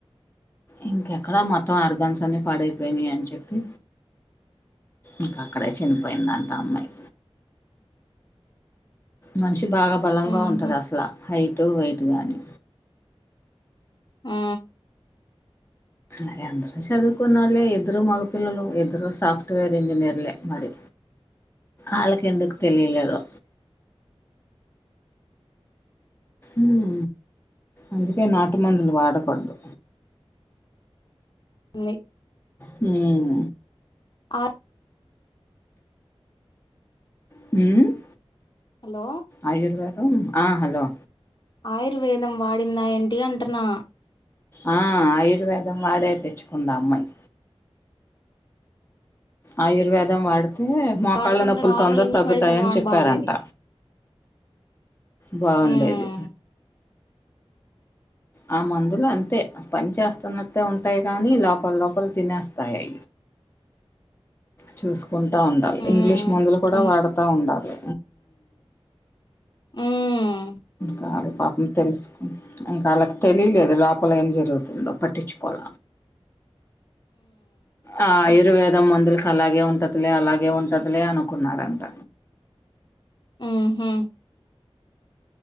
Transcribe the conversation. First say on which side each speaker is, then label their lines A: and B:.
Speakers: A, on the left; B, on the left.
A: ఇంకెక్కడ మొత్తం ఆర్గాన్స్ అన్ని పాడైపోయినయి అని చెప్పి ఇంకా అక్కడే చనిపోయిందంట అ అమ్మాయి మనిషి బాగా బలంగా
B: ఉహు
A: ఉంటది అసల హైట్ వెయిట్ గానీ
B: ఆ
A: అదే అందరు చదువుకున్న వాళ్ళే ఇద్దరు మగపిల్లలు ఇద్దరు సాఫ్ట్వేర్ ఇంజనీర్లే మరి
B: అ <inaudible>
A: ఆళ్ళకి ఎందుకు తెలియలేదో ఉహు అందుకే నాటుమందులు వాడకూడదు
B: లే
A: హ్మ్
B: అ
A: ఉ
B: హలో
A: ఆయుర్వేదం అ హలో
B: ఆయుర్వేదం వాడిందా ఏంటి అంటున్నా
A: అ ఆయుర్వేదం వాడే తెచ్చుకుంద అ అమ్మాయి ఆయుర్వేదం వాడితే మోకాళ్ళ
B: వాడకుండా
A: నొప్పులు
B: నార్మల్
A: తొందర
B: ఇంగ్లీష్
A: తగ్గుతాయని
B: మెడిసిన్ వాడి
A: చెప్పారంట
B: బాగుండేది
A: బావుండేది
B: ఉమ్
A: ఆ మందులు అంతే పని చేస్తున్నట్టే ఉంటాయి గాని లోపల లోపల తినేస్తాయి
B: <inaudible>
A: చుస్ కుంట ఉండాలి
B: ఉమ్
A: ఇంగ్లీష్ ముందులు కూడా
B: అవును
A: వాడతా ఉండాలి
B: ఉమ్
A: కాదు పాపం తెలుసుకున్ ఇంకా వాళ్ళకి తెలియలేదు లోపల ఏం జరుగుతుందో పట్టించుకోల ఆ ఆయుర్వేదం మందులకి అలాగే ఉంటదిలే అలాగే ఉంటదిలే అనుకున్నారంట
B: ఊ హూ